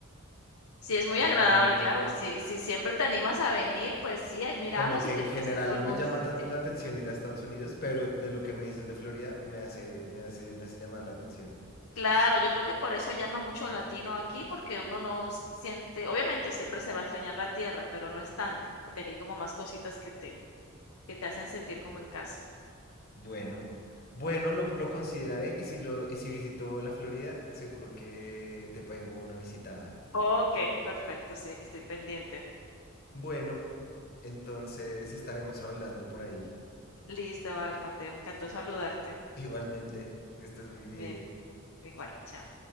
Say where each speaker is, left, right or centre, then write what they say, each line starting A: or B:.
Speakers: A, on the left; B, on the left.
A: Sí, es muy
B: Yo
A: agradable,
B: no, no,
A: claro. Si si siempre te animas a venir, pues sí, ahí miramos
B: como que
A: y
B: en
A: te
B: general
A: presento algún
B: no me llama
A: sitio.
B: tanto la atención ir a Estados Unidos, pero de lo que me dices de Florida me hace, me hace, me hace llamar la atención.
A: Claro, yo creo que por eso llama mucho latino aquí, porque uno no siente obviamente siempre se va a extrañar la tierra, pero no es tanto, porque aquí hay como más cositas que te que te hacen sentir como en casa.
B: Bueno, bueno, lo, lo consideraré y si lo, y si visito la Florida, seguro que te pego una visitada.
A: Okey, perfecto, sí, aquí estoy pendiente.
B: Bueno, entonces estaremos hablando por ahí.
A: Listo, vale, Mateo, me encantó saludarte.
B: Igualmente, que estés muy bien.
A: Bien, igual, chao.